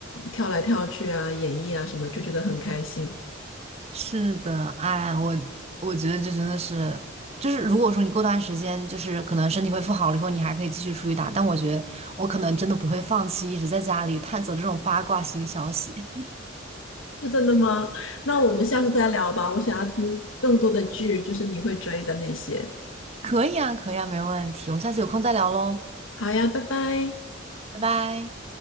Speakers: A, on the left; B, on the right.
A: 跳来跳去啊、演绎啊什么，就觉得很开心。
B: 是的，哎，我我觉得这真的是，就是如果说你过段时间就是可能身体恢复好了以后，你还可以继续出去打，但我觉得我可能真的不会放弃，一直在家里探索这种八卦新消息。
A: 是真的吗？那我们下次再聊吧，我想要听更多的剧，就是你会追的那些。
B: <laughs> 可以啊，可以啊，没问题，我们下次有空再聊喽，
A: 好呀，拜拜。
B: 拜拜。